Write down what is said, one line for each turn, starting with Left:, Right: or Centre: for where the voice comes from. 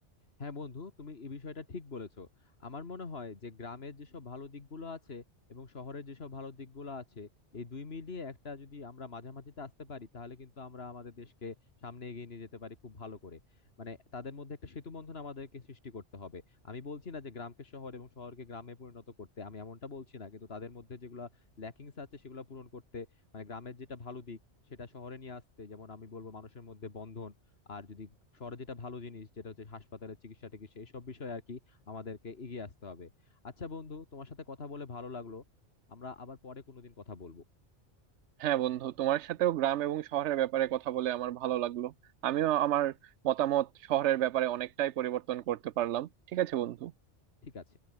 Left: হ্যাঁ বন্ধু তুমি এই বিষয়টা ঠিক বলেছো আমার মনে হয় যে গ্রামের যেসব ভালো দিকগুলো আছে এবং শহরের যেসব ভালো দিকগুলো আছে এই দুই মিলিয়ে একটা যদি আমরা মাঝামাঝিতে আসতে পারি তাহলে কিন্তু আমরা আমাদের দেশকে সামনে এগিয়ে নিয়ে যেতে পারি খুব ভালো করে মানে তাদের মধ্যে একটা সেতু বন্ধন আমাদেরকে সৃষ্টি করতে হবে আমি বলছি না যে গ্রামকে শহর এবং শহরকে গ্রামে পরিণত করতে আমি এমনটা বলছি না কিন্তু তাদের মধ্যে যেগুলো ল্যাকিংস আছে সেগুলো পূরণ করতে মানে গ্রামের যেটা ভালো দিক সেটা শহরে নিয়ে আসতে যেমন আমি বলবো মানুষের মধ্যে বন্ধন আর যদি শহরে যেটা ভালো জিনিস যেটা হচ্ছে হাসপাতালের চিকিৎসা টিকিৎসা এইসব বিষয়ে আর কি আমাদেরকে এগিয়ে আসতে হবে আচ্ছা বন্ধু তোমার সাথে কথা বলে ভালো লাগলো আমরা আবার পরে কোনোদিন কথা বলবো
Right: হ্যাঁ বন্ধু তোমার সাথেও গ্রাম এবং শহরের ব্যাপারে কথা বলে আমার ভালো লাগলো আমিও আমার মতামত শহরের ব্যাপারে অনেকটাই পরিবর্তন করতে পারলাম ঠিক আছে বন্ধু
Left: ঠিক আছে